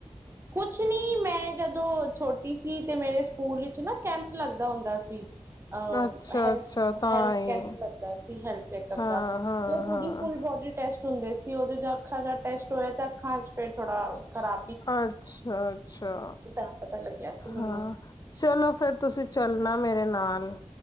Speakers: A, on the right (about 25°); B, on the left (about 35°).
A: ਕੁਛ ਨੀ ਮੈਂ ਜਦੋਂ ਛੋਟੀ ਸੀ ਤੇ ਮੇਰੇ ਸਕੂਲ ਵਿੱਚ ਨਾ ਕੈਂਪ ਲੱਗਦਾ ਹੁੰਦਾ ਸੀ। ਅ,
B: ਅੱਛਾ
A: ਹੈਲਥ,
B: ਅੱਛਾ ਤਾਂ
A: ਹੈਲਥ
B: ਹੀ
A: ਕੈਂਪ ਲੱਗਦਾ ਸੀ ਹੈਲਥ ਚੈਕਅਪ
B: ਹਾਂ
A: ਦਾ
B: ਹਾਂ
A: ਤੇ ਉਹ
B: ਹਾਂ
A: ਪੂਰੀ ਫੁਲ ਬੋਡੀ ਟੈਸਟ ਹੁੰਦੇ ਸੀ ਔਹਦੋਂ ਜਾ ਅੱਖਾਂ ਦਾ ਟੈਸਟ ਹੋਇਆ ਤਾਂ ਅੱਖਾਂ ਚ ਫੇਰ ਥੋੜਾ ਖਰਾ
B: ਅੱਛਾ ਅੱਛਾ।
A: ਤਾਂ ਪਤਾ ਲੱਗਿਆ ਸੀ ਮੈਨੂੰ।
B: ਹਾਂ, ਚਲੋ ਫੇਰ ਤੁਸੀ ਚੱਲਣਾ ਮੇਰੇ ਨਾਲ